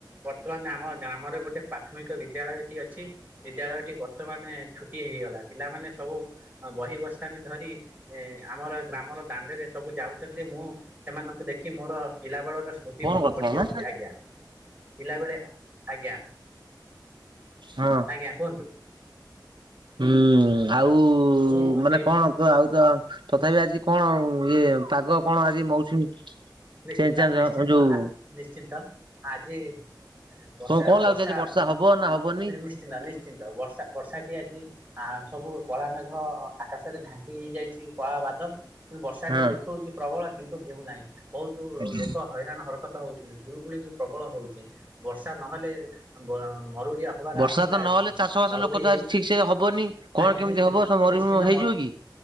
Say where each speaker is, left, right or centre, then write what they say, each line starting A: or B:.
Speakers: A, on the right; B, on the right.
A: ବର୍ତ୍ତମାନ ଆମ ଗ୍ରାମରେ ଗୋଟ ଗଟେ ପ୍ରାଥମିକ ବିଦ୍ୟାଳୟଟି ଅଛି ବିଦ୍ୟାଳୟ ଟି ବର୍ତ୍ତମାନ ଛୁଟି ହେଇଗଲା। ପିଲାମାନେ ସବୁ ଅ ବହି ବସ୍ଥାନୀ ଧରି ଏଁ ଆମର ଗ୍ରାମର ଦାଣ୍ଡରେ ସବୁ ଯାଉଚନ୍ତି ମୁଁ ସେମାନଙ୍କୁ ଦେଖି ମୋର ପିଲାବେଳର ସ୍ମୃତି
B: ଫୋନ
A: ମନେ
B: କରିଥିଲା
A: ପଡିଯାଉଚି।
B: ନା
A: ଆଜ୍ଞା ପିଲାବେଳେ ଆଜ୍ଞା।
B: ହଁ।
A: ଆଜ୍ଞା କୁହନ୍ତୁ।
B: ହୁଁ ଆଉ
A: ମୁଁ
B: ମାନେ
A: ସେ
B: କଣ ତ ଆଉ ତ ତଥାପି ଆଜି କଣ ଇଏ ପାଗ କଣ ଆଜି ମୌସୁମୀ
A: ନିଶ୍ଚିନ୍ତ
B: ଚେଞ୍ଜ ଚାଞ୍ଜ
A: ନିଶ୍ଚିନ୍ତ
B: ଯୋଉ
A: ଆ ନିଶ୍ଚିନ୍ତ ଆଜି ବର୍ଷା
B: କଣ କଣ ଲାଗୁଛି
A: ବର୍ଷା
B: ଆଜି ବର୍ଷା ହବ ନା ହବନି?
A: ନିଶ୍ଚିନ୍ତ ନିଶ୍ଚିନ୍ତ ବର୍ଷା ବର୍ଷାଟି ଆଜି ଆ ସବୁ କଳା ମେଘ ଆକାଶରେ ଢାଙ୍କି ହେଇଯାଇଚି କଳା ବାଦଲ। ବର୍ଷାଟି
B: ହଁ
A: ଦେଖଉଚି ପ୍ରବଳ କିନ୍ତୁ ହେଉ ନାହିଁ। ବହୁତ
B: ଆଜ୍ଞା।
A: ଲୋକ ହଇରାଣ ହରକତ ହଉଚନ୍ତି ଗୁଳୁଗୁଳି ପ୍ରବଳ ହଉଚି ବର୍ଷା ନ ହେଲେ ମରୁଡି ବି ହବାର
B: ବର୍ଷା
A: ଆଶଙ୍କା
B: ତ ନହେଲେ
A: ଅଛି।
B: ଚାଷ ବାସ
A: ମରୁଡି
B: ଲୋକ ତ
A: ହେଇ
B: ଆଜି ଠିକ ସେ ହବନି। କଣ
A: ଆଜ୍ଞା
B: କେମିତି
A: ନିଶ୍ଚିନ୍ତ
B: ହବ ସବୁ ମରୁଭୂମି
A: ନିଶ୍ଚିନ୍ତ
B: ହେଇଯିବ କି?